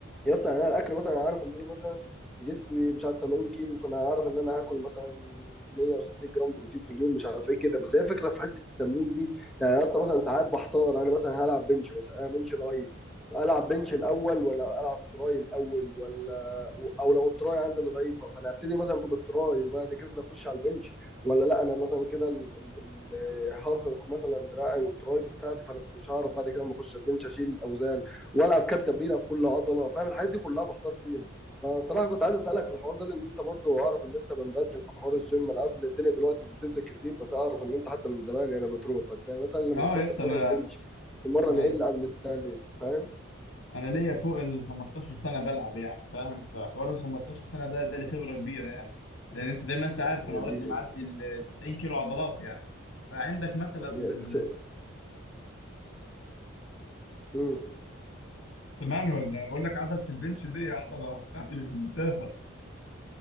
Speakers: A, in the centre; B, on the left.
A: يا اسطى يعني انا الاكل مثلا أنا عارف ان انا مثلا جسمي مش عارف 80 كيلو فانا عارف ان انا هاكل مثلا 160 جرام بروتين في اليوم مش عارف ايه كده بس هي فكره في حته التمرين دي يعني يا اسطى مثلا ساعات بحتار انا مثلا هلعب بنش مثلا انا بنش ضعيف العب بنش الاول ولا العب تراي الاول ولا او لو التراي عندي اللي ضعيفه فانا ابتدي مثلا بالتراي وبعد كده اخش على البنش ولا لا انا مثلا كده هرهق مثلا دراعي والتراي بتاعتي فانا مش هعرف بعد كده لما اخش البنش اشيل اوزان والعب كاب تمرينه في كل عضله فاهم الحاجات دي كلها بحتار فيها فصراحه كنت عايز اسالك في الحوار ده لان انت برضو اعرف ان انت من بدري في حوار الجيم انا عارف ان الدنيا دلوقتي مش بتنزل كتير بس اعرف ان انت حتى من زمان يعني بتروح فانت مثلا لما
B: اه
A: تروح
B: يس
A: تتمرن
B: انا
A: بنش تتمرن
B: انا
A: ايه اللي قبل التاني فاهم
B: انا ليا فوق ال 15 سنه بلعب يعني فاهم فحوار ال 15 سنه ده ده لي خبره كبيره يعني لان انت زي ما انت عارف
A: يا
B: انا وزني
A: ديني
B: معدي ال 90 كيلو عضلات يعني فعندك مثلا ال-
A: يا تس... مم.
B: سمعني ولا بقول لك عضله البنش دي عضله بتاعتي ممتازه